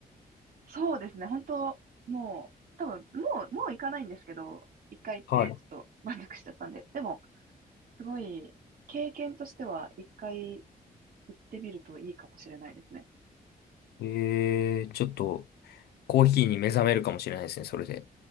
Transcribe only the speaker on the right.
そうですね。本当もう、多分、もう、もう行かないんですけど、一回行って、
ちょっと満足しちゃったんで。でも、すごい、経験としては、一回行ってみるといいかもしれないですね。